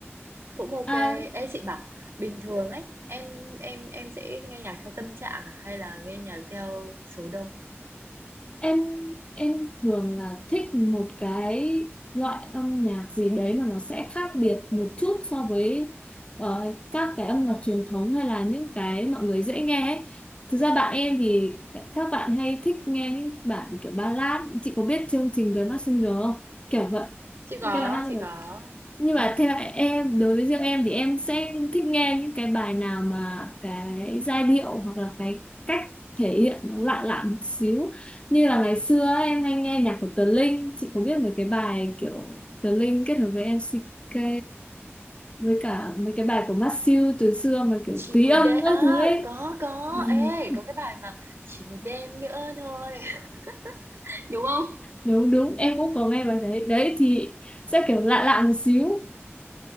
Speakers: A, on the right; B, on the left.
A: Cũng ok
B: à,
A: Ê, chị bảo, bình thường ấy, em em em sẽ nghe nhạc theo tâm trạng à hay là nghe nhạc theo số đông?
B: em em thường là thích một cái loại âm nhạc gì đấy mà nó sẽ khác biệt một chút so với ờ, các cái âm nhạc truyền thống hay là những cái mọi người dễ nghe ấy. Thực ra bạn em thì các bạn hay thích nghe những bản kiểu ballad chị có biết chương trình The Masked Singer không kiểu vậy
A: Chị
B: những
A: có
B: cái bài hát
A: chị có
B: nhưng mà theo em đối với riêng em thì em sẽ thích nghe những cái bài nào mà cái giai điệu hoặc là cái cách thể hiện nó lạ lạ một xíu như là ngày xưa ấy, em hay nghe nhạc của Tờ Linh chị có biết mấy cái bài kiểu Tờ Linh kết hợp với MCK với cả mấy cái bài của Masew từ xưa mà kiểu
A: Chỉ
B: tùy
A: một
B: âm
A: đêm
B: các
A: à,
B: thứ ấy
A: có có.
B: Ừ,
A: Ê, có cái bài mà Chỉ một đêm nữa thôi, <laughs> đúng không?
B: đúng đúng em cũng có nghe bài đấy đấy thì sẽ kiểu lạ lạ một xíu